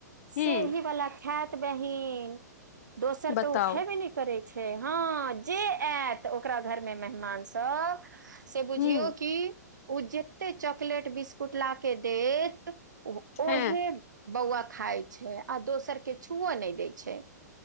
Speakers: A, on the left (about 55°); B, on the right (about 85°).
A: हूं
B: से ही वला खैत। बहीन दोसर
A: बताउ
B: तऽ ओ खेबे न करै छै, हँ, जे आयत ओकरा घर मे मेहमान सभ से बुझियौ
A: हूं
B: कि उज जेते चॉकलेट, बिस्कुट ला के देत उहे
A: हँ
B: बौउवा खाय छै, आ दोसर के छु नहि दै छै।